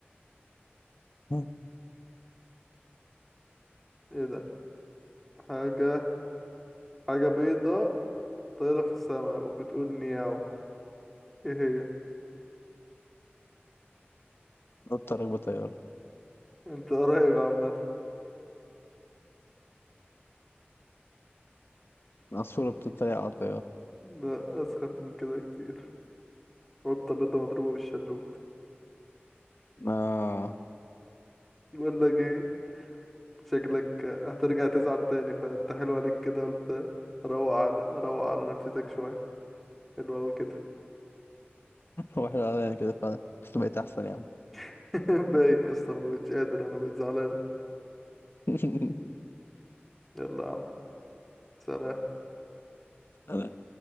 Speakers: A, on the left; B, in the centre.
A: <laughs>
B: ايه ده حاجة حاجة بيضة طايرة في السماء وبتقول نياو ايه هي
A: قطة راكبة طيارة
B: انت قريب عامة
A: عصفورة بتتريق على طيارة
B: لا اسخف من كده كتير قطة بيضة مضروبة بالشلوت
A: آه
B: بقول لك ايه شكلك هترجع تزعل تاني فانت حلو عليك كده قلت اروق على اروق على نفسيتك شوية حلو اوي كده
A: هو احنا علينا كده فعلا بس بقيت احسن يا عم
B: <laughs> باين اصلا ما بقتش قادر انا بقيت زعلان
A: <laughs>
B: يلا يا عم سلام
A: انا